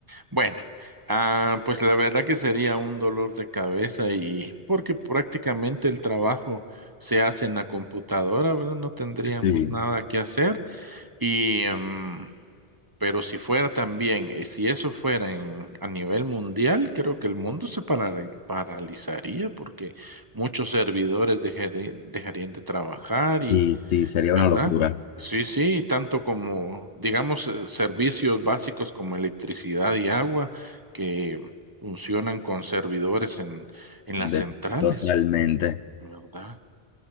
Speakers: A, on the right; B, on the left.
A: Bueno, ah, pues la verdad que sería un dolor de cabeza y porque prácticamente el trabajo se hace en la computadora, ¿verdad? No tendríamos
B: Sí,
A: nada que hacer y... em, Pero si fuera también, eh, si eso fuera en- a nivel mundial, creo que el mundo se para- paralizaría porque muchos servidores dejare- dejarían de trabajar y,
B: sí, sí, sería
A: ¿verdad?
B: una locura.
A: Sí, sí, tanto como, digamos, eh, servicios básicos como electricidad y agua que funcionan con servidores en, en
B: De-
A: las centrales,
B: totalmente.
A: ¿verdad?